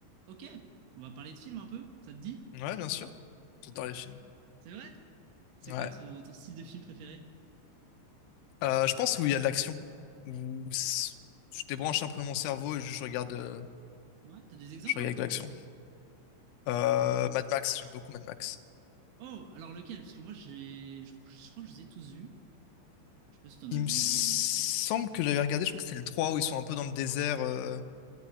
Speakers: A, on the right; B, on the left.
A: Ok, on va parler de films un peu, ça te dit?
B: Ouais, bien sûr. J'adore les films.
A: C'est vrai? C'est
B: Ouais.
A: quoi ton, ton style de film préféré?
B: Euh, je pense où il y a de l'action. Où s- je débranche un peu mon cerveau et juste je regarde, euh,
A: Ouais, t'as des exemples
B: je regarde
A: un peu?
B: de l'action. Euh, Mad Max, j'aime beaucoup Mad Max.
A: Oh, alors lequel? Parce que moi j'ai, je, je crois que je les ai tous vus. Je sais pas si t'en as
B: Il
A: vu.
B: me semble
A: enfin,
B: que j'avais regardé, je crois que c'était le 3 où ils sont un peu dans le désert. euh,